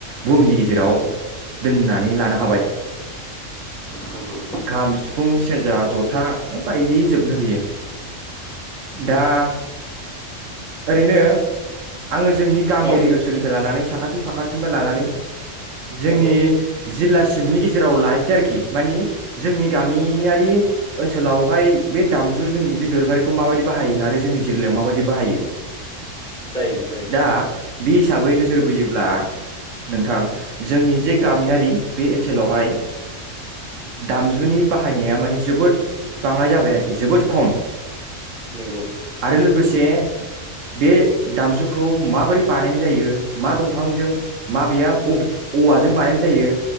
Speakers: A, on the right; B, in the centre.
A: बुहुमनि गेजेराव दोननानै लानो हाबाय
B: नंगौ
A: खाम सिफुं सेरजा जथा ओ बायदि जोबनो गैया दा ओरैनो आंङो जोंनि गामियारि
B: औ
A: ओनसोलनिफ्राय लानानै साखाथि फाखाथिनिफ्राय लानानै जोंनि
B: नंगौ
A: जिल्ला सिमनि गेजेराव लानोसै आरोखि मानि जोंनि गामियारि ओनसोलावहाय बे दामजु जोंनि जे दोरोङारिखौ माबायदि बाहायो आरो जोंनि जिल्लायाव माबायदि बाहायो
B: जायो जायो
A: दा बे हिसाबै नोजोर बोयोब्ला नोंथां जोंनि जे गामियारि
B: औ
A: बे ओ ओनसोलावहाय दामजुनि बाहायनाया मानि जोबोद बाङाय जाबाय आरोखि जोबोद खम
B: नंगौ
A: आरो लोगोसे बे दामजु खौ माबोरै बानायनाय जायो मा दंफांजों माबैया औवाजों बानायनाय जायो